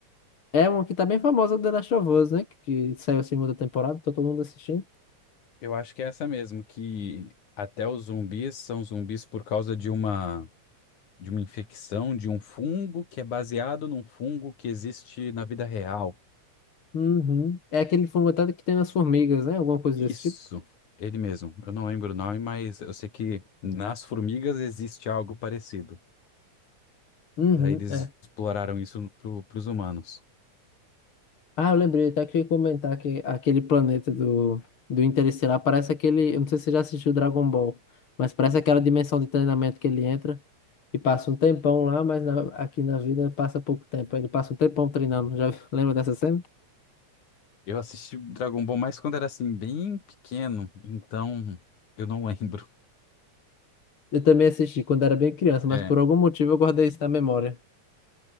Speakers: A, on the left; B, on the left.
A: É uma que tá bem famosa, The Last of Us, né? Que, que saiu a segunda temporada, tá todo mundo assistindo.
B: Eu acho que é essa mesmo, que até os zumbis são zumbis por causa de uma. de uma infecção, de um fungo que é baseado num fungo que existe na vida real.
A: Uhum. É aquele fungo até que tem nas formigas, né? Alguma coisa
B: Isso,
A: desse tipo.
B: ele mesmo. Eu não lembro o nome, mas eu sei que nas formigas existe algo parecido.
A: Uhum,
B: Daí eles
A: é.
B: exploraram isso para os humanos.
A: Ah, eu lembrei, até que eu ia comentar que aquele planeta do, do Interestelar parece aquele. Eu não sei se você já assistiu Dragon Ball, mas parece aquela dimensão de treinamento que ele entra e passa um tempão lá, mas na- aqui na vida passa pouco tempo. Ele passa um tempão treinando. Já <laughs> lembra dessa cena?
B: Eu assisti Dragon Ball mais quando era assim, bem pequeno, então eu não <laughs> lembro.
A: Eu também assisti quando era bem criança, mas
B: É,
A: por algum motivo eu guardei isso na memória.